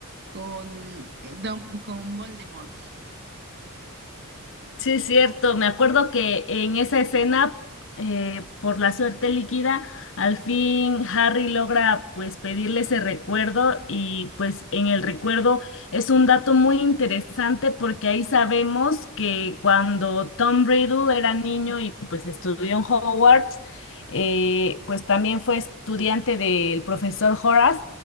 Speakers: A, on the right; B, on the left.
A: con, eh, Dum- con Voldemort.
B: Sí, es cierto. Me acuerdo que en esa escena, eh, por la suerte líquida, al fin Harry logra pues pedirle ese recuerdo y pues en el recuerdo es un dato muy interesante porque ahí sabemos que cuando Tom Riddle era niño y pues estudió en Hogwarts, eh, pues también fue estudiante del profesor Horace.